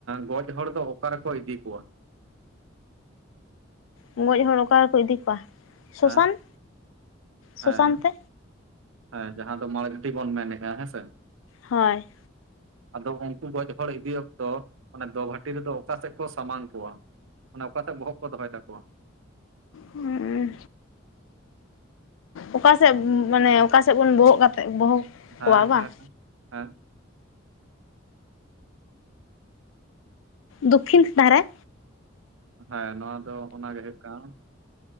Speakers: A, on the right; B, on the left.
A: ᱜᱚᱡ ᱦᱚᱲ ᱫᱚ ᱚᱠᱟ ᱨᱮᱠᱚ ᱤᱫᱤ ᱠᱚᱣᱟ?
B: ᱜᱚᱡ ᱦᱚᱲ ᱚᱠᱟ ᱨᱮᱠᱚ ᱤᱫᱤ ᱠᱚᱣᱟ ᱥᱚᱥᱟᱱ
A: ᱦᱮᱸ
B: ᱥᱚᱥᱟᱱ
A: ᱦᱮᱸ
B: ᱛᱮ
A: ᱦᱮᱸ ᱡᱟᱦᱟᱸ ᱫᱚ ᱢᱟᱲᱜᱷᱟᱴᱤ ᱵᱚᱱ ᱢᱮᱱᱮᱫᱼᱟ ᱦᱮᱸᱥᱮ
B: ᱦᱳᱭ
A: ᱟᱫᱚ ᱩᱱᱠᱩ ᱜᱚᱡ ᱦᱚᱲ ᱤᱫᱤ ᱚᱠᱛᱚ ᱚᱱᱮ ᱫᱚ ᱵᱷᱟᱹᱴᱤ ᱨᱮᱫᱚ ᱚᱠᱟ ᱥᱮᱫ ᱠᱚ ᱥᱟᱢᱟᱝ ᱠᱚᱣᱟ ᱢᱟᱱᱮ ᱚᱠᱟᱥᱮᱫ ᱵᱚᱦᱚᱜ ᱠᱚ ᱫᱚᱦᱚᱭ ᱛᱟᱠᱚᱣᱟ?
B: ᱦᱩᱸ ᱚᱠᱟ ᱥᱮᱫ ᱢᱟᱱᱮ ᱚᱠᱟ ᱥᱮᱫ ᱵᱚᱱ ᱵᱚᱦᱚᱜ ᱠᱟᱛᱮ ᱵᱚᱦᱚᱜ
A: ᱦᱮᱸ
B: ᱠᱚᱣᱟ ᱵᱟᱝ
A: ᱦᱮᱸ ᱦᱮᱸ
B: ᱫᱚᱠᱷᱤᱱ ᱫᱷᱟᱨᱮ
A: ᱦᱮᱸ ᱱᱚᱣᱟ ᱫᱚ ᱚᱱᱟᱜᱮ ᱦᱩᱭᱩᱜ ᱠᱟᱱᱟ᱾